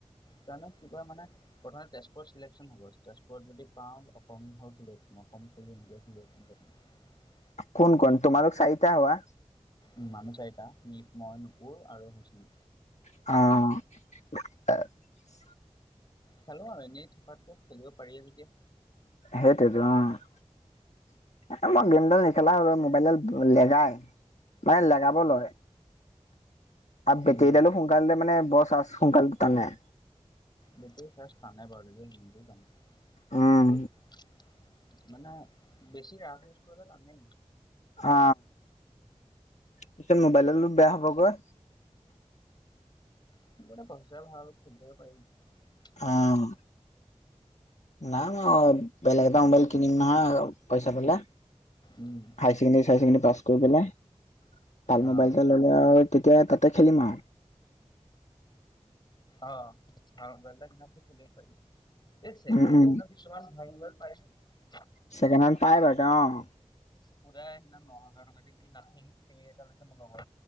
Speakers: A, on the left; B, on the left.
A: জানো কিবা মানে প্ৰথমে তেজপুৰত চিলেকশ্যন হও তেজপুৰত যদি পাওঁ অসম হয় <inaudible>
B: কোন কোন তোমালোক চাৰিটা হোৱা
A: উম মানুহ চাৰিটা নীপ মই নুপুৰ আৰু হুচন
B: অ',
A: খেলো আৰু এনেই থকাতকে খেলিব পাৰি যেতিয়া
B: সেইটোৱেই টো অ', এ মই গেমডাল নেখেলা হলো মোবাইলডাল লেঘাই নাই লেগাব লয় আৰু বেটেৰীডালো
A: উম,
B: সোনকালে মানে বৰ চাৰ্জ সোনকালে তানে
A: বেটেৰী চাৰ্চ তানে বাৰু দেইনিজেই জানো
B: উম
A: মোৰটোত মানে বেছি ৰাফ ইউজ কৰিলে টানেই
B: অ পিছত মোবাইল ডালো বেয়া হ'বগৈ
A: সেইকাৰণে মানে পইচাই ভাল খেলিব পাৰিম
B: অ', নাই ম‌ই বেলেগ এটা মোবাইল কিনিম নহয় পইচা পালে
A: উম,
B: হাই চেকেণ্ডেৰী ছাই চেকেণ্ডেৰী পাছ কৰি পেলাই ভাল
A: অ'
B: মোবাইল এটা ললে আৰু তেতিয়া তাতে খেলিম আৰু
A: অ', ভাল মোবাইল এটা কিনাৰ পিছত খেলি থাকিব পাৰি এই ছেকেণ্ড
B: উম উম
A: হেন্ডৰ কিছুমান ভাল মোবাইল পাই দেই
B: ছেকেণ্ড হেন্ড পাই বাৰু অ',
A: চুপুদাই সিদিনা ন হাজাৰ টকা কি নাথিং থ্ৰি এটা ল‌ইছে মোৰ লগৰ